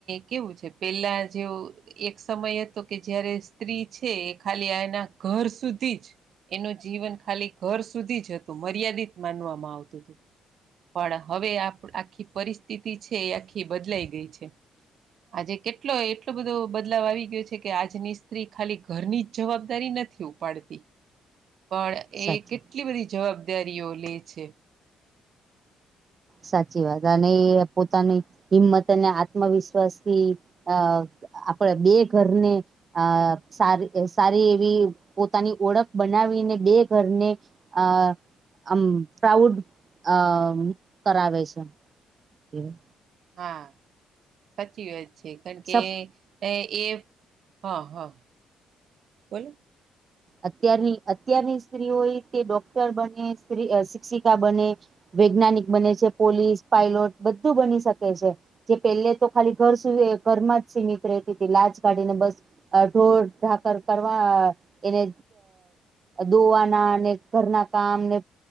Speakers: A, on the right (about 65°); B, on the right (about 40°).
A: કેવું છે, પેલા જેઉ એક સમય હતો કે જયારે સ્ત્રી છે, એ ખાલી એના ઘર સુધી જ એનું જીવન ખાલી ઘર સુધી જ હતુ મર્યાદિત માનવામાં આવ તું તું પણ હવે આખી પરિસ્થિતિ છે, એ આખી બદલાઈ ગઈ છે. આજે કેટલો એટલો બધો બદલાવ આવી ગ્યો છે કે આજની સ્ત્રી ખાલી ઘરની જ જવાબદારી નથી. ઊપાડતી પણ
B: સાચું
A: એ કેટલી બધી જવાબદારીઓ લે છે.
B: સાચી વાત અને એ પોતાની હિંમત અને આત્મવિશ્વાસથી આ આપડા બે ઘરને અ સારી સારી એવી પોતાની ઓળખ બનાવીને બે ઘરને અ આમ પ્રાઉડ અ કરાવે છે. એમ
A: હા સાચી વાત છે કારણ કે
B: સફ
A: એ એ હા હા બોલો
B: અત્યારની અત્યારની સ્ત્રી હોય, તે ડોક્ટર બને સ્ત્રી શિક્ષિકા બને વૈજ્ઞાનિક બને છે, પોલીસ પાયલોટ બધું બની શકે છે. જે પહેલે તો ખાલી ઘર સુધી ઘરમાં જ સીમિત રતી હતી, લાજ ગાડી ને બસ અ ઢોર ઢાકર કરવા એને દોવાના અને ઘરના કામ ને